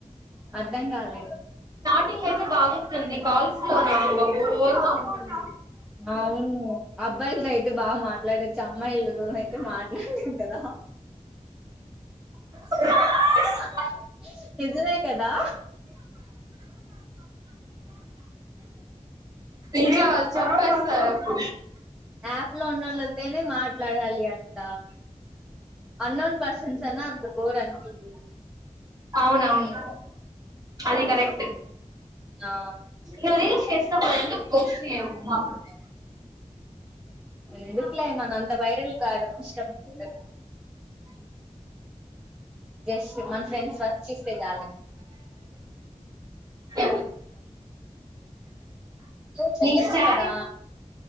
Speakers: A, in the centre; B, on the right.
A: అర్ధం కాలే
B: టింగ్ అయితే బాగుంటుంది కాల్స్ లోన అబ్బ బోరుగా ఉంటుంది
A: అవును అబ్బాయిలతో అయితే బాగా మాట్లాడే చ్చు అమ్మాయిలు నువ్వు అయితే మాట్లాడినావ్ కదా
B: ఉంటుంది
A: ఏ నిజమే కదా
B: ఇంట్లో వాళ్లు చంపేస్తారు అప్పుడు
A: యాప్ లో ఉన్నళ్ళతోనే మాట్లాడాలి అంట అన్నోన్ పర్సన్స్ అన్నా అంత బోర్ అనిపించ్
B: అవునవును అది కరెక్ట్
A: ఆ
B: నువ్ రీల్స్ చెస్ ఎందుకు పోస్ట్ చెయ్యవు మాకు
A: ఎందుకులే మనం అంత వైరల్ కావడం ఇష్టం ఉండదు జస్ట్ మన ఫ్రెండ్స్ వరకు చుస్తే చాలు
B: అ
A: నువ్వు చెయ్యొచ్చు
B: నీ సారి
A: కదా